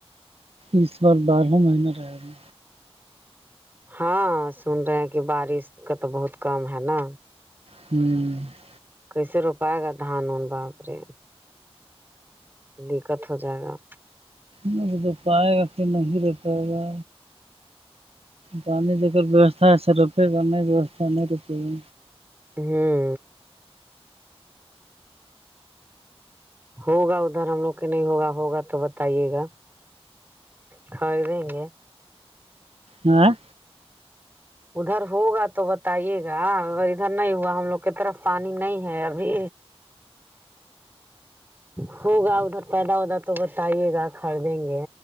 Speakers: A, on the right; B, on the right.
A: اس بار بارہ مہینہ رہے گا
B: ہاں سن رہے ہیں کہ بارش کا تو بہت کم ہے نا
A: ہوں
B: کیسے روپائے گا دھان ان باپرے دقت ہو جائے گا
A: نہیں تو پائے گا کہ نہیں رہ پائے گا پانی جگر ووستھا ہےس روپے گا نہیں ووستھا نہیں روپے گا
B: ہاں ہوگا ادھر ہم لوگ کے نہیں ہوگا ہوگا تو بتائیے گا ڈھائی ونگ ہے
A: ہاں
B: ادھر ہوگا تو بتائیے گا ا ادھر نہیں ہوا ہم لوگ کی طرف پانی نہیں ہے ابھی ہوگا ادھر فائدہ ودا تو بتائیے گا خریدیں گے